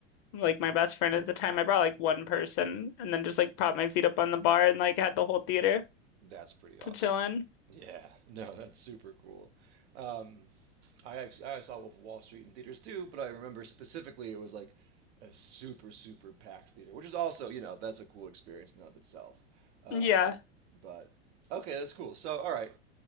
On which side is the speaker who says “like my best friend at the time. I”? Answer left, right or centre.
Left